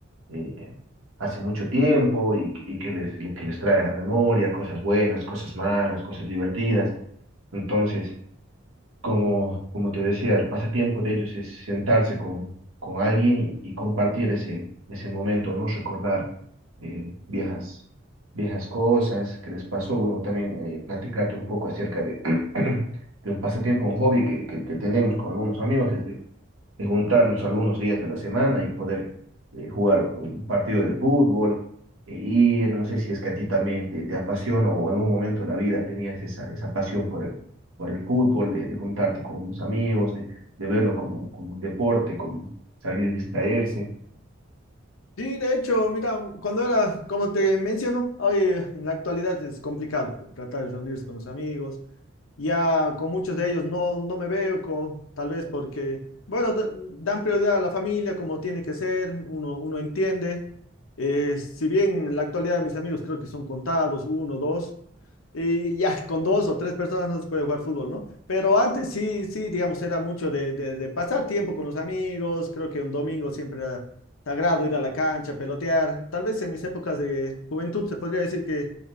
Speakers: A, on the right; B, on the left.
A: eh, hace mucho tiempo y, que- y que les, que les trae a la memoria cosas buenas, cosas malas, cosas divertidas. Entonces, como, como te decía, el pasatiempo de ellos es sentarse con, con alguien y, compartir ese, ese momento, ¿no? Recordar eh, viejas, viejas cosas que les pasó. Bueno, también eh, platicarte un poco acerca de, <clears throat> de un pasatiempo, un hobby que, que, que tenemos con algunos amigos desde, de juntarnos algunos días de la semana y poder eh, jugar un partido de fútbol, eh, ir, no sé si es que a ti también te, te apasiona o en algún momento de la vida tenías esa, esa pasión por el, por el fútbol, de, de juntarte con unos amigos, de, de verlo como, como un deporte, como salir a distraerse.
B: Sí, de hecho, mira, cuando era, como te menciono, hoy en la actualidad es complicado tratar de reunirse con los amigos. Ya con muchos de ellos no, no me veo, co- tal vez porque, bueno, d- dan prioridad a la familia como tiene que ser, uno, uno entiende. Eh, si bien en la actualidad mis amigos creo que son contados, uno, dos. Y ya <laughs> con dos o tres personas no se puede jugar fútbol, ¿no? Pero antes sí, sí, digamos, era mucho de, de- de pasar tiempo con los amigos. Creo que un domingo siempre era sagrado ir a la cancha, pelotear. Tal vez en mis épocas de juventud se podría decir que,